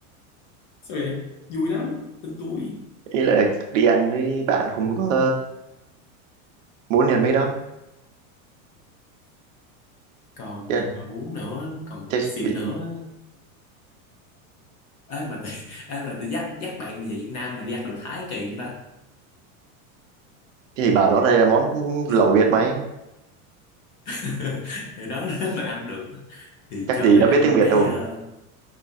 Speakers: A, on the left; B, on the right.
A: sao vậy vui lắm tin tôi
B: ý là đi ăn với bạn không có muốn đi ăn mấy đó
A: còn
B: chết
A: bạn
B: là-
A: nào muốn nữa còn
B: chắc
A: xịn
B: bị
A: nữa ấy mà tôi ấy mà tôi dắt dắt bạn bây giờ Việt Nam mà đi ăn đồ Thái kỳ không ta
B: thì bảo nó đây là món lẩu
A: đi
B: Việt mày
A: <laughs> thì đó nếu <laughs> mà ăn được thì
B: chắc
A: cho
B: gì
A: nó
B: nó biết
A: ăn
B: tiếng Việt
A: cái
B: đâu
A: ờ,